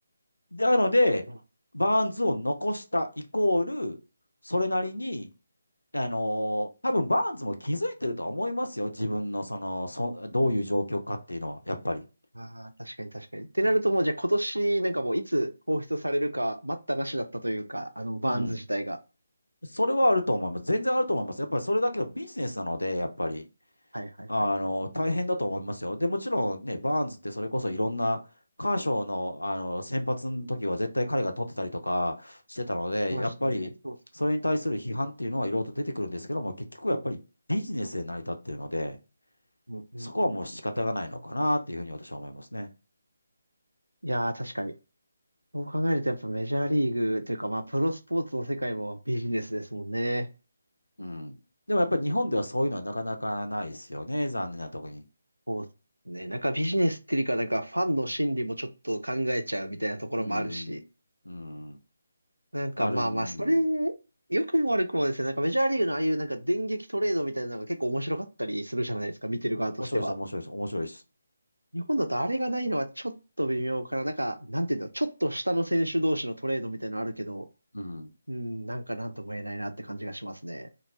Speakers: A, on the left (about 75°); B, on the right (about 85°).
A: なので、
B: あ
A: バーンズを残したイコール、それなりに、あのー多分バーンズも気づいてるとは思いますよ。自分のその、そ、どういう状況かっていうのは、やっぱり。
B: あ、確かに確かに。ってなるともうじゃあ今年なんかもういつ放出されるか待ったなしだったというか、あのバーンズ自体が。
A: うん。それはあると思います。全然あると思います。やっぱりそれだけのビジネスなので、やっぱり。
B: はいはいはいはい。
A: あの、大変だと思いますよ。で、もちろんね、バーンズってそれこそいろんな、カーショーの、あの、先発の時は絶対彼が取ってたりとかしてたので、
B: 来ましたね。
A: やっぱり、
B: そうっす。
A: それに対する批判っていうのはいろいろと出てくるんですけども、結局やっぱりビジネスで成り立ってるので、
B: うんうんうん。
A: そこはもう仕方がないのかなっていうふうに私は思いますね。
B: いやー確かに。そう考えるとやっぱメジャーリーグというかまあプロスポーツの世界もビジネスですもんね。
A: うん。でもやっぱり日本ではそういうのはなかなかないですよね、残念なところに。
B: そうっすね。なんかビジネスっていうかなんかファンの心理もちょっと考えちゃうみたいなところもあるし。
A: うん。うん。
B: なんかまあまあそれ、
A: あるん。
B: 良くも悪くもですね。なんかメジャーリーグのああいうなんか電撃トレードみたいなのが結構面白かったりするじゃないですか。見てる側としては。
A: 面白いです、面白いです、面白いです。
B: 日本だとあれがないのはちょっと微妙かな。なんか、なんていうんだろう、ちょっと下の選手同士のトレードみたいなのあるけど、
A: うん。
B: うん、なんかなんとも言えないなって感じがしますね。